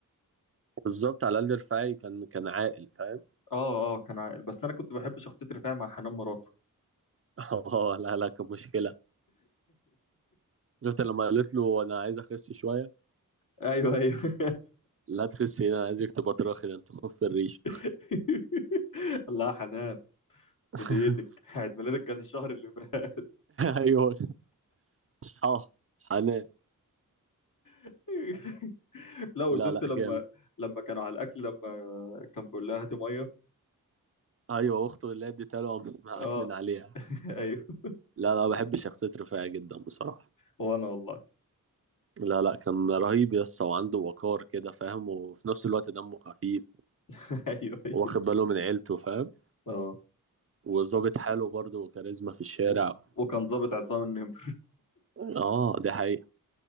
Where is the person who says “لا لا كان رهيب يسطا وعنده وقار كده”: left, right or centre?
Right